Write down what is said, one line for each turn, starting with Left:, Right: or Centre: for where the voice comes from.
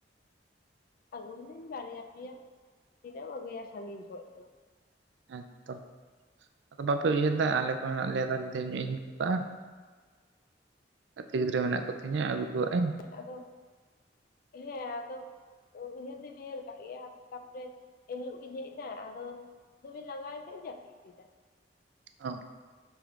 Left: ᱟᱹᱜᱩᱱ ᱞᱤᱫᱟᱹᱧ ᱵᱟᱨᱭᱟ ᱯᱮᱭᱟ ᱛᱤᱱᱟᱹᱜ ᱮᱢ ᱟᱹᱜᱩᱭᱟ ᱥᱟᱺᱜᱤᱧ ᱠᱷᱚᱡ ᱫᱚ᱾
Right: ᱮᱻᱛᱚ᱾ ᱟᱫᱚ ᱵᱟᱯᱮ ᱩᱭᱦᱟᱹᱨ ᱫᱟ, ᱟᱞᱮ ᱠᱚ ᱢᱮᱱᱟᱜ ᱞᱮᱭᱟ ᱰᱷᱮᱨ ᱧᱚᱜ ᱤᱧ ᱟᱹᱜᱩ ᱠᱟᱜᱼᱟ᱾ ᱜᱟᱛᱮ ᱜᱤᱫᱽᱨᱟᱹ ᱢᱮᱱᱟᱜ ᱠᱚᱛᱤᱧᱟᱹ ᱟᱹᱜᱩ ᱠᱟᱜᱼᱤᱧ᱾
Left: ᱟᱫᱚ ᱦᱮᱸ ᱟᱫᱚ ᱩᱭᱦᱟᱹᱨ ᱫᱩᱧ ᱩᱭᱦᱟᱹᱨ ᱠᱟᱜ ᱜᱮᱭᱟ ᱛᱟᱯᱚᱨᱮ ᱮᱱᱦᱤᱞᱳᱜ ᱜᱤᱧ ᱦᱮᱡ ᱱᱟ ᱟᱫᱚ ᱫᱚᱢᱤᱧ ᱞᱟᱜᱟᱭ ᱱᱟ ᱡᱟᱹᱯᱤᱫ ᱠᱮᱫᱟ᱾
Right: ᱚ